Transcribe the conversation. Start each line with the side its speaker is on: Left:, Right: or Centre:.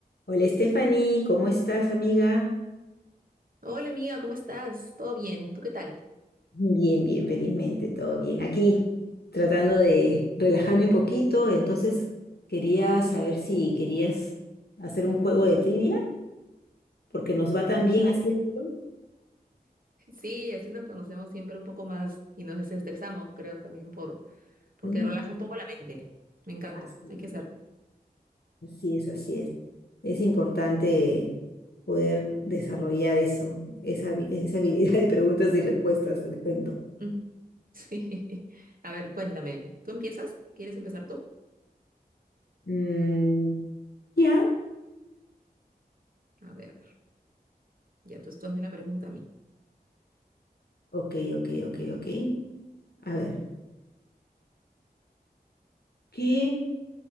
Left: Hola Stephanie, ¿cómo estás amiga?
Right: Hola amiga, ¿cómo estás? ¿Todo bien? ¿Tú qué tal?
Left: Bien, bien, felizmente, todo bien. Aquí tratando de relajarme un poquito, entonces quería saber si querías hacer un juego de trivia, porque nos va tan
Right: ¿Ya?
Left: bien haciéndolo.
Right: Sí, así nos conocemos siempre un poco más y nos desestresamos, creo, también por, porque
Left: Sí,
Right: relaja un poco la mente. Me encanta,
Left: así
Right: hay que hacerlo.
Left: es, así es, así es. Es importante poder desarrollar eso, esa, habi- esa habilidad de preguntas y respuestas, te cuento.
Right: Mm, <laughs> Sí. A ver, cuéntame. ¿Tú empiezas? ¿Quieres empezar tú?
Left: Mm, ya,
Right: A ver, ya entonces tú hazme la pregunta a mí.
Left: Ok, ok, ok, ok. A ver, ¿qué?